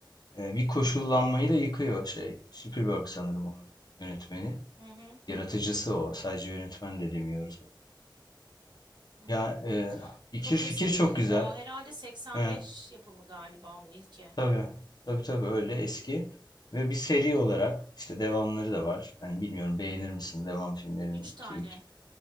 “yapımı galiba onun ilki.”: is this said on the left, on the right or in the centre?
Right